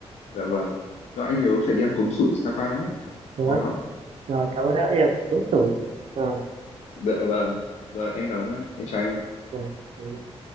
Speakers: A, on the left; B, on the right.
A: dạ vâng. Rồi anh nhớ phải đi ăn cuốn sủi Sapa nhé,
B: đó.
A: ngon lắm.
B: rồi cảm ơn đã rất là tuổi rồi
A: Dạ vâng, rồi em cảm ơn anh, em chào anh ạ.
B: rồi Ừ.